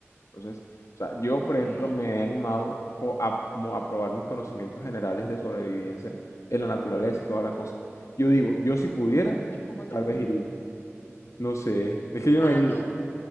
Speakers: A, on the left; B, on the left.
A: Entonces, o sea, yo
B: ok.
A: por ejemplo me he animado co- a- como a probar mis conocimientos generales de sobrevivencia en la naturaleza y toda
B: ujú.
A: la cosa. Yo digo, yo si pudiera,
B: ¿Y cómo te
A: tal
B: fue?
A: vez iría. No sé, es que yo
B: Ah,
A: no he ido.
B: no.